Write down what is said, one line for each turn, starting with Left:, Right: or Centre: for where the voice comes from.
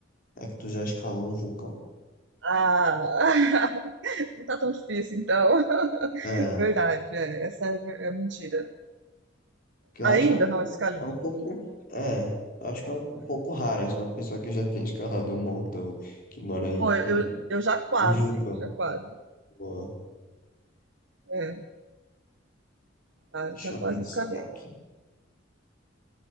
Left: é que tu já escalou um vulcão.
Right: Ah, <laughs> não tá tão difícil então. <laughs>
Left: É,
Right: Verdade, é, essa é, ver- é mentira.
Left: que eu
Right: Ainda
Left: acho é um pouco.
Right: não escalei.
Left: É um pouco. É, eu acho que é um pouco raro essa uma pessoa que já tenha escalado um montão que mora em
Right: Bom, eu,
Left: um,
Right: eu, eu já quase,
Left: um vulcão.
Right: já quase.
Left: Boa,
Right: É, tá,
Left: deixa
Right: já quase
Left: eu pensar
Right: escalei.
Left: aqui.